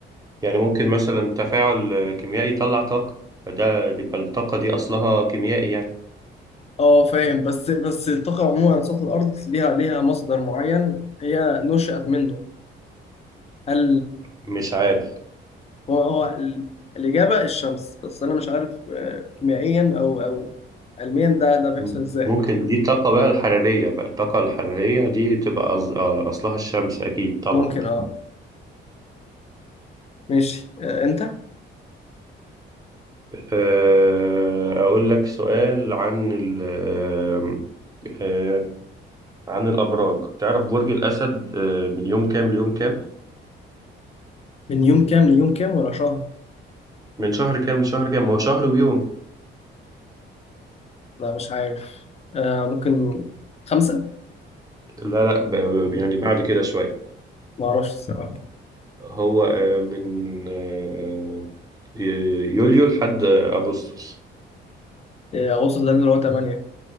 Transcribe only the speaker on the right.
يعني ممكن مثلا تفاعل آه، كيميائي يطلع طاقة فده يبقى الطاقة دي أصلها كيميائي يعني
مش عارف
مم.
ممكن دي الطاقة بقى الحرارية بقى الطاقة الحرارية دي تبقى أص- آه، أصلها الشمس أكيد طبعا
آه، أقول لك سؤال عن ال آه، آه، عن الأبراج تعرف برج الأسد آه، من يوم كام ليوم كام؟
من شهر كام لشهر كام؟ هو شهر ويوم
لا لا ب- ب- يعني بعد كده شوية
هو آه، من آه، آه، يوليو لحد آه، أغسطس